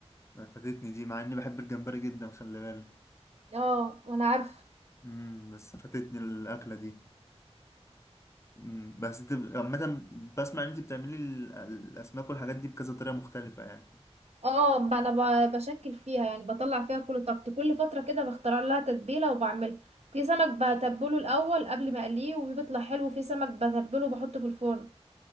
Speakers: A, on the left (about 25°); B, on the right (about 70°).
A: فاتتني دي مع اني بحب الجمبري جدا خلي بالك
B: اه وانا عارفة
A: امم بس فاتتني الاكله دي امم بس انت ب- عامه بسمع ان انت بتعملي ال- الاسماك والحاجات دي بكذا طريقه مختلفه يعني
B: اه ب- انا ب- بشكل فيها يعني بطلع فيها كل طاقتي كل فتره كده بختار لها تتبيله وبعملها في سمك بتبله الاول قبل ما اقليه وبيطلع حلو في سمك بتبله وبحطه في الفرن